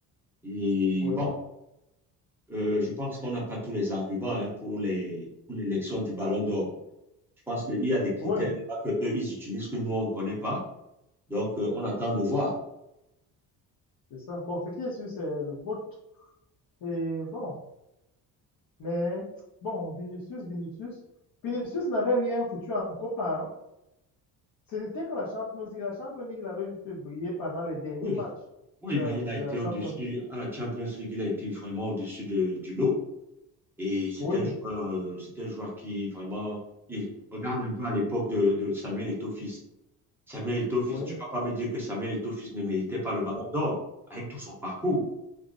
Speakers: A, in the centre; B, on the left.
A: Et
B: oui,
A: bon, Euh, je pense qu'on n'a pas tous les arguments hein, pour les, pour l'élection du Ballon d'Or. Je pense qu'il y a des critères
B: oui,
A: que eux, ils utilisent que nous, on ne connaît pas. Donc, euh, on attend de voir.
B: c'est ça. Bon, ce qui est sûr, c'est le vote. Et bon, mais bon, Vinicius, Vinicius, Vinicius n'avait rien foutu en Copa. hein. Ce n'était que la Champions League. La Champions League, il avait juste brillé pendant les derniers
A: Oui,
B: matchs
A: oui,
B: de,
A: mais il a
B: de
A: été
B: la Champions
A: au-dessus,
B: League.
A: à la Champions League, il a été vraiment au-dessus de- du lot. Et c'est
B: Oui,
A: un joueur, euh, c'est un joueur qui vraiment, il regarde un peu à l'époque de, de Samuel Eto'o Samuel Eto'o-Fils,
B: oui.
A: tu ne vas pas me dire que Samuel Eto'o-Fils ne méritait pas le ballon d'or avec tout son parcours.